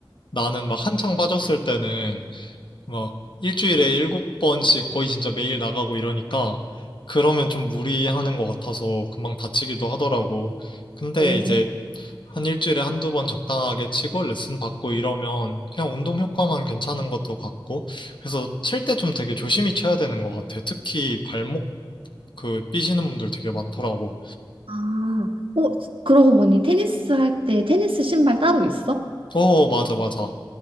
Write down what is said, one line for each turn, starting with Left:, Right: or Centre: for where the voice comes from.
Left: 나는 막 한창 빠졌을 때는, 막, 일주일에 일곱 번씩 거의 진짜 매일 나가고 이러니까, 그러면 좀 무리하는 것 같아서 금방 다치기도 하더라고. 근데
Right: 어,
Left: 이제 한 일주일에 한두 번 적당하게 치고 레슨 받고 이러면 그냥 운동 효과만 괜찮은 것도 같고 그래서 칠 때 좀 되게 조심히 쳐야 되는 것 같아. 특히 발목 그 삐시는 분들 되게 많더라고.
Right: 아, 어, 그러고 보니 테니스 할 때 테니스 신발 따로 있어?
Left: 어, 맞아, 맞아.